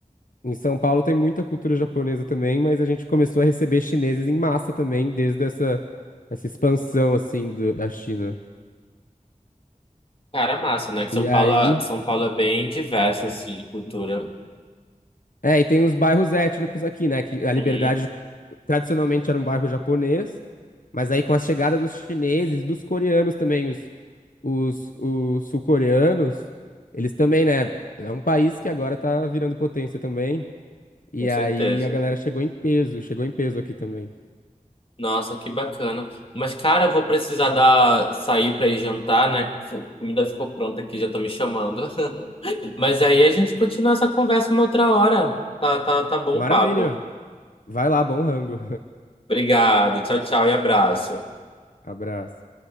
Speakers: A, on the left; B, on the left.
A: Em São Paulo tem muita cultura japonesa também, mas a gente começou a receber chineses em massa também, desde essa, essa expansão, assim, do- da China.
B: Cara, massa, né? Que São
A: E aí...
B: Paulo, é, São Paulo é bem diverso, assim, de cultura.
A: É, e tem os bairros étnicos aqui, né? Que a Liberdade
B: Uhum,
A: tradicionalmente era um bairro japonês, mas aí com a chegada dos chineses, dos coreanos também, os, os, os sul-coreanos, eles também, né? É um país que agora tá virando potência também. E
B: com certeza.
A: aí a galera chegou em peso, chegou em peso aqui também.
B: Nossa, que bacana. Mas, cara, eu vou precisar dar, sair pra ir jantar, né? A comida ficou pronta aqui, já tô me chamando. <laughs> Mas aí a gente continua essa conversa uma outra hora. Tá, tá, tá bom
A: Maravilha!
B: o papo.
A: Vai lá, bom rango.
B: Obrigado. Tchau, tchau e abraço.
A: Abraço.